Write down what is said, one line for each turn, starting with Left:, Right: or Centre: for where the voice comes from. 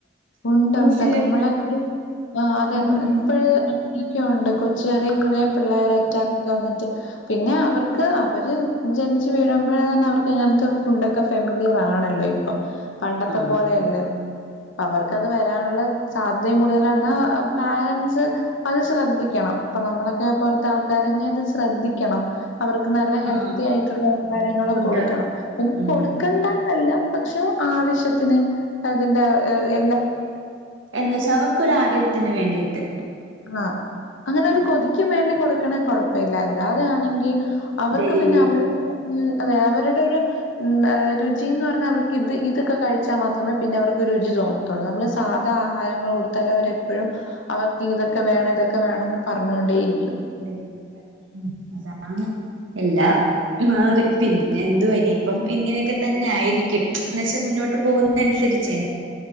Left: ഉണ്ട്
Right: ന്യൂസിലൊക്കെ
Left: ഉണ്ട് നമ്മളൊക്കെ ആ അതെ
Right: ഉം
Left: ഇപ്പഴ് അങ്ങനെയൊക്കെഉണ്ട് കൊച്ച് കു പിള്ളേരെ അറ്റക്ക് ഒക്കെ വന്നിട്ട് പിന്നെ അവർക്ക് അവര് ജനിച്ചു വീഴുമ്പോഴ <inaudible> അവർക്ക് ഇങ്ങനത്തെ ഫുഡോക്കെ ഫെമിലിയർ ആണല്ലോ ഇപ്പം പണ്ടത്തെ
Right: ആ
Left: പോലെയല്ലല്ല അപ്പ അവർക്ക്ത് വരാനുള്ള സാധ്യതയും കൂടുതല എന്നാ പാരൻസ് അത് ശ്രദ്ധിക്കണം. അപ്പൊ നമ്മളൊക്കെ പോലത്തെ ആൾക്കാരന്നെ അത് ശ്രദ്ധിക്കണം. അവർക്ക് നല്ല ഹെൽത്തി
Right: ആ
Left: ആയിട്ടുള്ള ആഹാരങ്ങൾ
Right: ഫുഡ്
Left: കൊടുക്കണം ഒന്നും
Right: ഉം
Left: കൊടുക്കേണ്ടാന്നല്ല പക്ഷെ ആവശ്യത്തിന് അതിന്റെ എല്ലാം <inaudible>
Right: എന്നുവച്ചാ അവർക്കൊരാ ഗ്രഹത്തിന് വേണ്ടിയിട്ട്.
Left: ആ അങ്ങനെ ഒരു കൊതിക്കും വേണ്ടി കൊടുക്കണേ കൊഴപ്പ ഇില്ല അല്ലാതെയാണെങ്കിൽ അവർക്ക്
Right: ഡെയിലി
Left: പിന്നെ അവരുടെ <inaudible> ഉം അതെ അവരുടെ ഇരു ഉം രുചിന്ന് പറഞ്ഞാ അവർക്ക് ഇത് ഇതൊക്കെ കഴിച്ച ച്ചാൽ മാത്രമേ പിന്നെ അവർക്ക് രുചി തോന്നത്തുള്ളൂ. നമ്മള് സാധാ ആഹാരങ്ങൾ കൊടുത്താൽ അവരെപ്പഴും അവർക്ക് ക്കെ വേണം ഇതൊക്കെ വേണംന്ന് പറഞ്ഞുകൊണ്ടേ ഇരിക്കും.
Right: <unintelligible> എല്ലാം മാറി. പിന്നെ എന്തുവാ ഇനിയിപ്പം ഇങ്ങനെയൊക്കെ തന്നെ ആയിരിക്കും. എന്നുവെച്ചാൽ മുന്നോട്ട് പോകുന്നനുസ രിച്ചേ